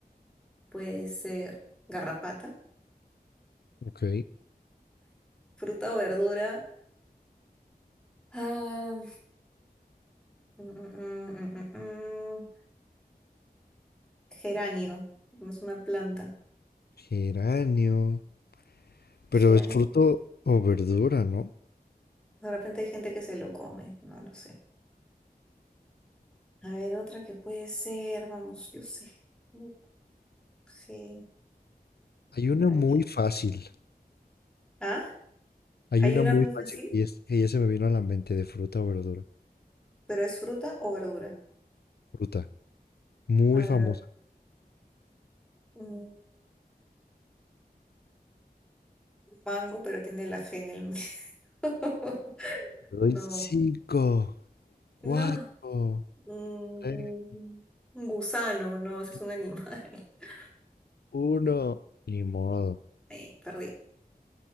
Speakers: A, in the centre; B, on the left.
A: puede ser garrapata,
B: Ok.
A: fruta o verdura. Ah, mm, mm, mm, mm, mm, mm. geranio, no es una planta.
B: Geranio. Pero
A: Geranio,
B: es fruto
A: es-
B: o verdura, ¿no?
A: de repente hay gente que se lo come, no lo sé. A ver, otra que puede ser, vamos, yo sé. Yo- ge-
B: Hay una muy
A: ge- ge-
B: fácil.
A: Ah,
B: Hay
A: hay
B: una
A: una
B: muy
A: muy
B: fácil
A: fácil,
B: que ya, es- que ya se me vino a la mente de fruta o verdura.
A: pero es fruta o verdura.
B: Fruta. Muy
A: A ver,
B: famosa.
A: un mango, pero tiene la G en el medio. <laughs>
B: Te doy
A: No,
B: cinco, cuatro,
A: no, un,
B: tres,
A: gu- un gusano, no, ese
B: dos,
A: es un animal. <laughs>
B: uno. Ni modo.
A: Eh, perdí.